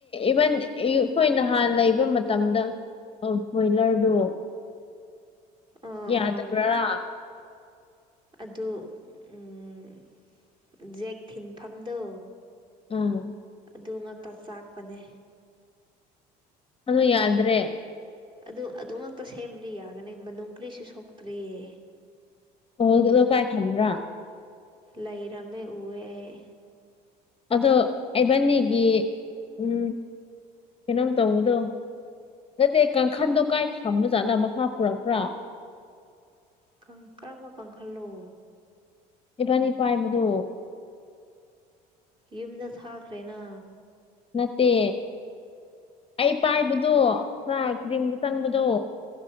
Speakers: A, on the left (about 30°); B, on the right (about 25°).
A: ꯏꯕꯟ ꯑꯩꯈꯣꯏ ꯅꯍꯥꯟ ꯂꯩꯕ ꯃꯇꯝꯗ ꯑ ꯕꯣꯏꯂꯔꯗꯣ
B: ꯑꯥ
A: ꯌꯥꯗꯕ꯭ꯔꯥ
B: ꯑꯥ ꯑꯗꯨ ꯎꯝ ꯖꯦꯛ ꯊꯤꯟꯐꯝꯗꯣ
A: ꯎꯝ
B: ꯑꯗꯨ ꯉꯥꯛꯇ ꯆꯥꯛꯄꯅꯦ
A: ꯑꯗꯨ ꯌꯥꯗ꯭ꯔꯦ
B: ꯑꯗꯨ ꯑꯗꯨꯉꯛꯇ ꯁꯦꯝꯕꯗꯤ ꯌꯥꯒꯅꯤ ꯃꯅꯨꯡ ꯀꯔꯤꯁꯨ ꯁꯣꯛꯇ꯭ꯔꯤꯌꯦ
A: ꯑꯣꯍꯣꯜ ꯗꯨꯂꯣ ꯀꯥꯏ ꯊꯝꯕ꯭ꯔ
B: ꯂꯩꯔꯝꯃꯦ ꯎꯋꯦ ꯑꯩ
A: ꯑꯗꯣ ꯑꯩꯕꯥꯟꯅꯤꯒꯤ ꯎꯝ ꯀꯩꯅꯣꯝ ꯇꯧꯕꯗꯣ ꯅꯠꯇꯦ ꯀꯥꯡꯈꯥꯟꯗꯣ ꯀꯥꯏ ꯊꯝꯕꯖꯥꯠꯂ ꯃꯈꯥ ꯄꯨꯔꯛꯄ꯭ꯔꯥ
B: ꯈꯪ ꯀꯔꯃ ꯀꯥꯡꯈꯜꯂꯣ
A: ꯏꯕꯥꯅꯤ ꯄꯥꯏꯕꯗꯣ
B: ꯌꯨꯝꯗ ꯊꯥꯈ꯭ꯔꯦꯅ
A: ꯅꯠꯇꯦ ꯑꯩ ꯄꯥꯏꯕꯗꯣ ꯈꯔ ꯀ꯭ꯔꯤꯝꯒ ꯆꯪꯕꯗꯣ